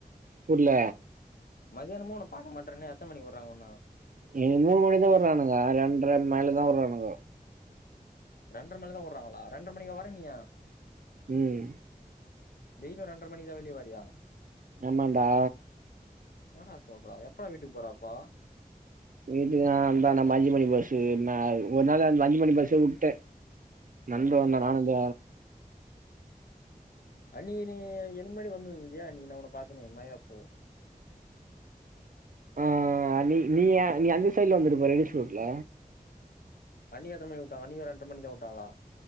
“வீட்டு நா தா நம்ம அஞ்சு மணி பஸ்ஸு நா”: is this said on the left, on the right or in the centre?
Right